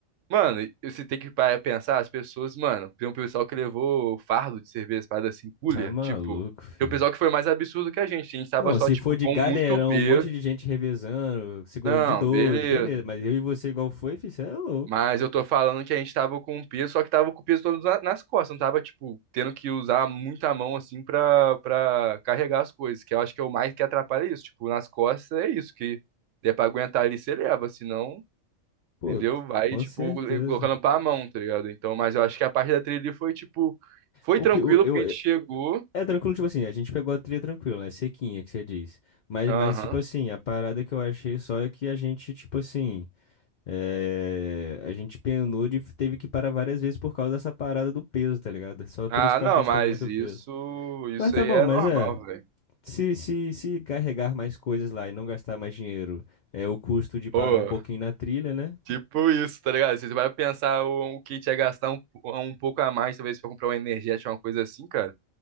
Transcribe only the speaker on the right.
Mano, e você tem que parar pra pensar, as pessoas, mano, tem um pessoal que levou fardo de cerveja, parada assim, cooler,
tipo,
tem um pessoal que foi mais absurdo que a gente, a gente tava
só,
tipo,
com
muito peso.
Não,
beleza.
Mas eu tô falando que a gente tava com o peso, só que tava com o peso todo na- nas costas, não tava, tipo, tendo que usar muita mão, assim, pra, pra carregar as coisas, que eu acho que é o mais que atrapalha isso. Tipo, nas costas é isso, que é pra aguentar ali, você leva, senão,
entendeu?
Vai,
tipo,
le- colocando pra mão, tá ligado? Então, mas eu acho que a parte da trilha ali foi, tipo, foi
tranquilo,
porque a gente
chegou.
Aham.
Ah,
não,
mas
isso,
isso
aí
é
normal,
velho.
Pô.
Tipo isso, tá ligado? Você vai pensar o, o que a gente ia gastar um, um pouco a mais, talvez pra comprar uma energética, uma coisa assim, cara.